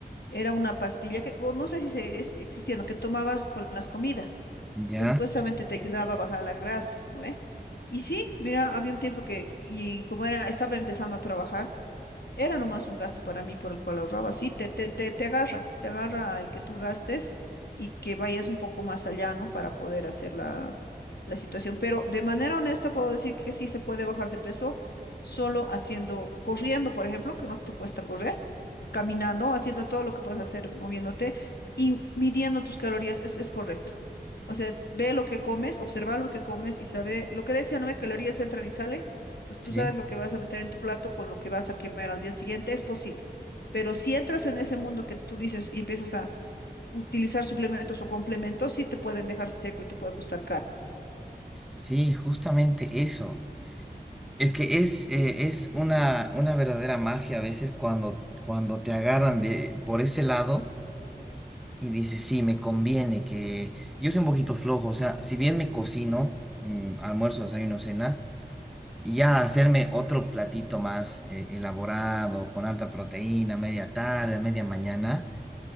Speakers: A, on the left (about 70°); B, in the centre.
A: era una pastilla que, o no sé si sigue existiendo, que tomabas con las comidas,
B: ya.
A: que supuestamente te ayudaba a bajar la grasa, ¿no ve? Y sí, mira, había un tiempo que, y como era, estaba empezando a trabajar, era nomás un gasto para mí por el cual ahorraba. Sí, te, te, te, te agarra, te agarra el que tú gastes y que vayas un poco más allá, ¿no? Para poder hacer la, la situación. Pero de manera honesta puedo decir que sí se puede bajar de peso solo haciendo, corriendo, por ejemplo, que no te cuesta correr, caminando, haciendo todo lo que puedes hacer moviéndote y midiendo tus calorías. Es, es correcto. O sea, ve lo que comes, observa lo que comes y sabe, lo que decía, ¿no? Que Calorías entran y salen entonces
B: Sí,
A: tú sabes lo que vas a meter en tu plato con lo que vas a quemar al día siguiente, es posible. Pero si entras en ese mundo que tú dices y empiezas a utilizar suplementos o complementos, sí te pueden dejar seco y te puede costar caro.
B: sí, justamente eso. Es que es, eh, es una, una verdadera mafia a veces cuando, cuando te agarran de, por ese lado y dices, sí, me conviene que yo soy un poquito flojo. O sea, si bien me cocino, mm, almuerzo, desayuno, cena, y ya hacerme otro platito más eh, elaborado, con alta proteína, media tarde, media mañana.